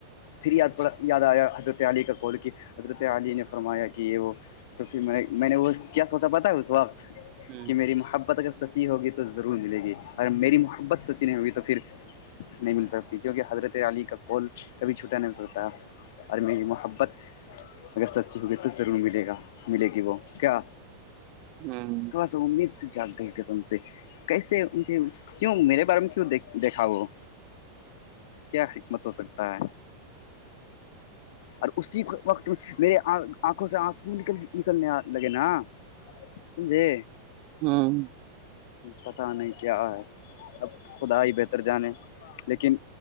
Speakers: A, on the left (about 55°); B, on the right (about 40°).
A: پھر یاد پڑا یاد آیا حضرت علی کا کال کی حضرت عاللی نے فرمایا کہ یہ وہ تو پھر میں نے میں نے وہ کیا سوچا پتا ہے اس وقت
B: ہ
A: کہ میری محبت اگر سچی ہوگی تو ضرور ملے گی اور میری محبت سچی نہیں ہوگی تو پھر نہیں مل سکتی کیونکہ حضرت علی کا کال کبھی چھوٹا نہیں ہو سکتا اور میری محبت اگر سچی ہوگی تو ضرور ملے گا ملے گی وہ کیا
B: ہاں
A: س امید سے جاگ گئے قسم سے کیسے ان کے کیوں میرے بارے میں کیوں د دیکھا وہ کیا حکمت ہو سکتا ہے اور اسی وقت میرے آنکھوں سے آنسو نکل نکلنے لگے نا سمھے ہ
B: ہ
A: پتا نہیں کیا ہے اب خدا ہی بہتر جانے لیکن